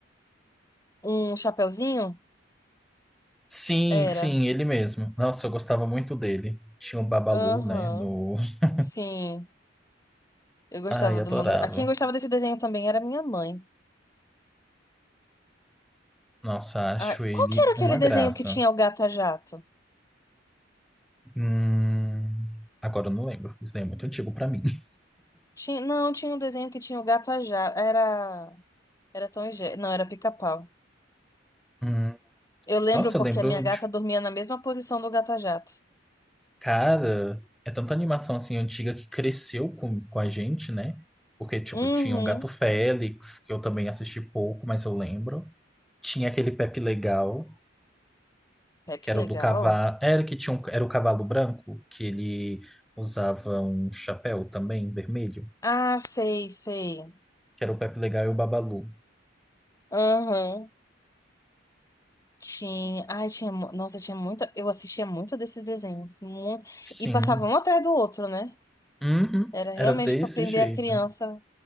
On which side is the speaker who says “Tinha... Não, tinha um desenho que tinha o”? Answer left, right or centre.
Left